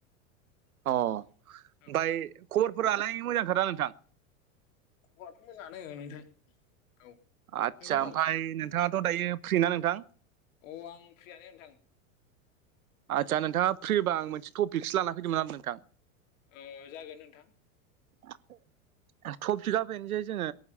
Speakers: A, on the right; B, on the left.
A: अ ओमफ्राय
B: औ
A: खबरफोरालाय मोजांखादा नोंथां।
B: खबराथ' मोजाङानो नोंथा। औ
A: आदसा
B: नोंथांनालाय
A: ओमफ्राय नोंथाङाथ' दायो फ्रि ना नोंथां।
B: अ आं फ्रियानो नोंथां।
A: आदसा नोंथाङा फ्रिबा आं मोनसे टपिकसो लाना फैदोंमोन आं नोंथां।
B: ओ जागोन नोंथां।
A: <unintelligible> टपिकआ बेनो जे जोङो